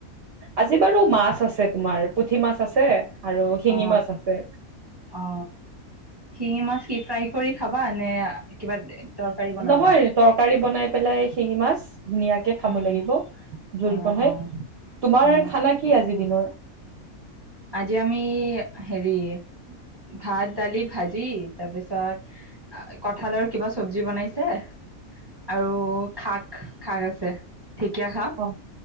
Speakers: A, on the right; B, on the right.
A: আজি বাৰু মাছ আছে তোমাৰ, পুঠি মাছ আছে আৰু শিঙি
B: অ
A: মাছ আছে।
B: অ শিঙি মাছ কি ফ্ৰাই কৰি- খাবা নে' কিবা তৰকাৰী বনাবা?
A: নহয় তৰকাৰী বনাই পেলাই শিঙি মাছ ধুনীয়াকে খাব
B: উম
A: লাগিব জোল
B: অ
A: বনাই
B: অ
A: তোমাৰ।
B: অ
A: খানা কি আজি দিনৰ?
B: আজি আমি হেৰি ভাত, দালি, ভাজি তাৰপিছত কঠালৰ কিবা চব্জি বনাইছে আৰু খাক, খাক আছে। ঢেকীয়া শাক
A: অ'